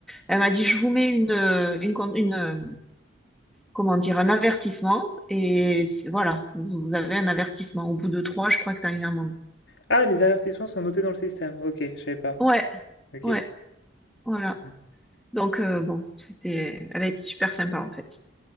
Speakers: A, in the centre; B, on the left.
A: Elle m'a dit, je vous mets une, euh, une, con- une, euh, comment dire, un avertissement et c'est- voilà, vous vous avez un avertissement. Au bout de trois, je crois que tu as une amende.
B: Ah, les avertissements sont notés dans le système. Ok, je savais pas.
A: Ouais,
B: Ok.
A: ouais, voilà.
B: Mm.
A: Donc euh, bon, c'était, elle a été super sympa en fait.